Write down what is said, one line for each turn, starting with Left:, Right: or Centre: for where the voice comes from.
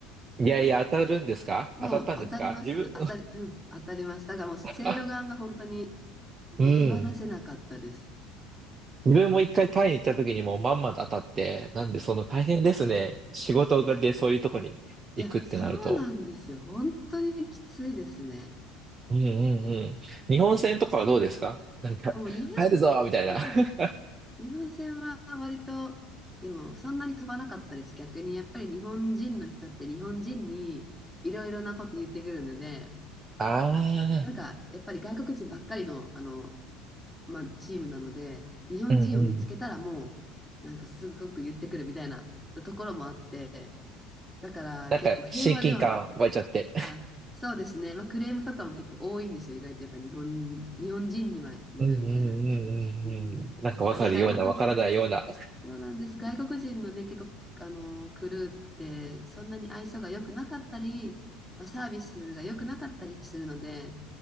Right: いやいや、当たるんですか当たったんですか自分、
Centre: もう当たります。当たり、うん、当たります。だからもう、せいろがんが本当に
Right: <laughs> あ、うん。
Centre: 手放せなかったです。
Right: 自分も一回タイに行った時にもうまんまと当たって、なんでその大変ですね。仕事でそういうとこに行くってなると。
Centre: いや、そうなんですよ。本当にきついですね。
Right: うんうんうん。日本船とかはどうですかなんか、
Centre: うんもう日本戦は、
Right: 帰るぞみたいな。
Centre: うん、
Right: <laughs>
Centre: 日本戦は割と、でもそんなに飛ばなかったです。逆にやっぱり日本人の人って日本人にいろいろなこと言ってくるので、
Right: ああ、
Centre: なんかやっぱり外国人ばっかりの、あのまあ、チームなので、日本人を見つけたらもう、
Right: うんうん。
Centre: なんかすごく言ってくるみたいなところもあって、だから結構平和ではなく、
Right: なんか、親近感湧いちゃって。
Centre: あ、そうですね、まあ、クレームとかも結構多いんですよ、意外とやっぱ日本、日本人には言うみたいな。
Right: うんうんうんうんうん。
Centre: うん、
Right: なんかわかるような、
Centre: やっぱね、外国人、
Right: わからないような。
Centre: そうなんです、外国人のね、結構、あのークルーってそんなに愛想が良くなかったり、まあ、サービスが良くなかったりするので、